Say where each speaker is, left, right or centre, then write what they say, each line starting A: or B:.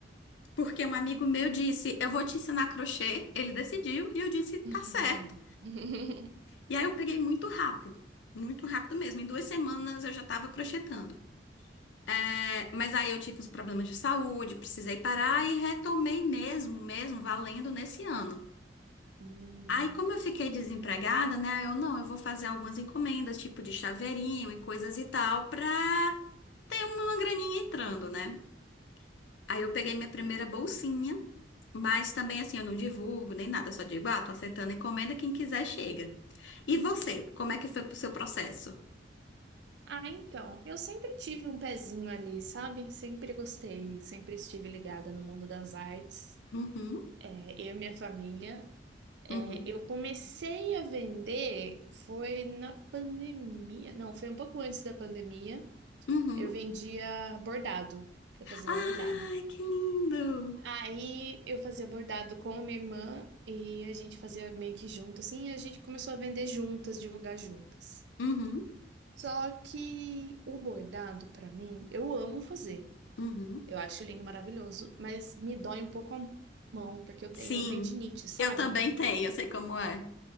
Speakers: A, on the left (about 80°); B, on the right (about 70°).
A: porque um amigo meu disse, eu vou te ensinar crochê. Ele decidiu e eu disse, tá
B: <laughs>
A: certo. E aí eu peguei muito rápido, muito rápido mesmo. Em duas semanas eu já tava crochetando. É, mas aí eu tive uns problemas de saúde, precisei parar e retomei mesmo, mesmo, valendo nesse ano.
B: Hum.
A: Aí, como eu fiquei desempregada, né? Eu não, eu vou fazer algumas encomendas, tipo de chaveirinho e coisas e tal, pra ter uma graninha entrando, né? Aí eu peguei minha primeira bolsinha, mas também assim, eu não divulgo nem nada, só digo, ah, tô aceitando encomenda, quem quiser chega. E você, como é que foi o seu processo?
B: Ah, então, eu sempre tive um pezinho ali, sabe? Sempre gostei, sempre estive ligada no mundo das artes,
A: Uhum,
B: é, eu e minha família. É,
A: uhum,
B: eu comecei a vender, foi na pandemia, não, foi um pouco antes da pandemia.
A: uhum.
B: Eu vendia bordado, eu fazia
A: Ai,
B: bordado.
A: que lindo!
B: Aí eu fazia bordado com a minha irmã e a gente fazia meio que junto, assim, e a gente começou a vender juntas, divulgar juntas.
A: Uhum.
B: Só que o bordado, pra mim, eu amo fazer.
A: Uhum.
B: Eu acho lindo, maravilhoso, mas me dói um pouco a mão, porque eu
A: Sim,
B: tenho tendinite, sabe?
A: eu também tenho, eu sei como é.